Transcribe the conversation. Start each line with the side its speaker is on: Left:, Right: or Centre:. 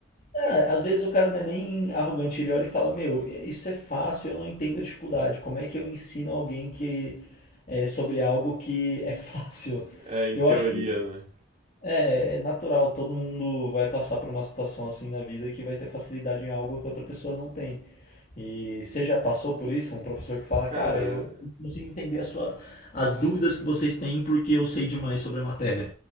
Left: Ah, às vezes o cara não é nem arrogante, ele olha e fala, meu, isso é fácil, eu não entendo a dificuldade. Como é que eu ensino alguém que é sobre algo que é <laughs> fácil?
Right: É, em
Left: Eu
Right: teoria,
Left: acho que
Right: né?
Left: é, é natural, todo mundo vai passar por uma situação assim na vida que vai ter facilidade em algo que outra pessoa não tem. E você já passou por isso? Um professor que fala,
Right: Cara.
Left: cara, eu consigo entender a sua, as dúvidas que vocês têm porque eu sei demais sobre a matéria.